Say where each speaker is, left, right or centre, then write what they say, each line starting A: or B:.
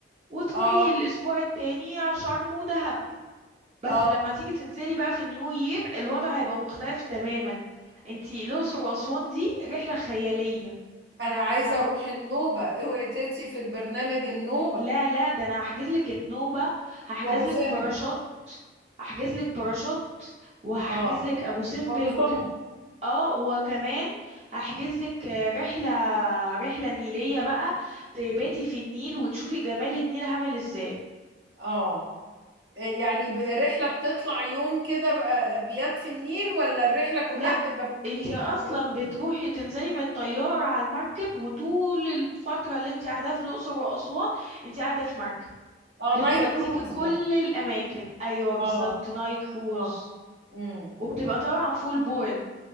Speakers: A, on the right (about 40°); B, on the right (about 70°).
A: وتروحي
B: آه
A: الاسبوع التاني شرم ودهب بس
B: آه
A: لما تيجي تنزلي بقى في النيو يير الوضع هيبقى مختلف تماما انتي الأقصر وأسوان دي رحلة خيالية
B: انا عايزه
A: هب...
B: اروح النوبه اوعي تنسي في البرنامج النوبه
A: لا لا ده انا هحجز لك النوبة هحجز
B: وابو
A: لك
B: سمبل
A: باراشوت هحجز لك باراشوت وهحجز
B: اه
A: لك ابو سمبل
B: وابو
A: وك...
B: سمبل
A: اه وكمان هحجز لك آه، رحلة رحلة نيلية بقى تباتي في النيل وتشوفي جمال النيل عامل ازاي
B: اه يعني ب- رحله بتطلع يوم كده ب- ابيات في النيل ولا الرحله كلها
A: لا
B: بتبقى في النيل
A: انتي اصلا
B: كروز
A: بتروحي تنزلي من الطيارة على المركب وطول الفترة اللي انتي قاعدة في الاقصر واسوان انتي قاعدة في مركب
B: اه
A: بتوديكي
B: نايل كروز
A: كل
B: يعني
A: الاماكن ايوه بالظبط
B: اه
A: نايل كروز
B: اه امم
A: وبتبقى طبعا فول بورد